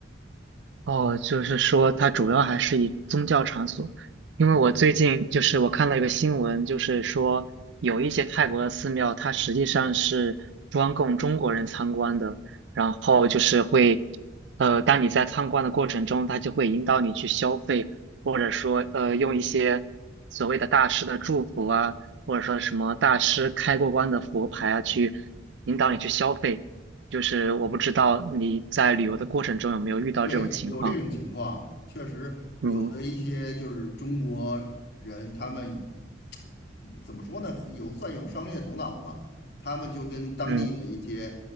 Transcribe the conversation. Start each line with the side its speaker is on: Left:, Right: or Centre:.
Right: 哦，就是说它主要还是以宗教场所，因为我最近就是我看了一个新闻，
Left: 嗯。
Right: 就是说有一些泰国的寺庙，它实际上是专供中国人参观的，然后就是会，呃，当你在参观的过程中，它就会引导你去消费，或者说呃用一些所谓的大师的祝福啊，或者说什么大师开过光的佛牌啊，去引导你去消费。就是我不知道你在旅游的过程中有没有遇到这种情况。
Left: 嗯。对，有这种情况，确实有的一些就是中国人，
Right: 嗯
Left: 他们嗯怎么说呢，有算有商业头脑嘛，他们就跟当地的一些
Right: 嗯。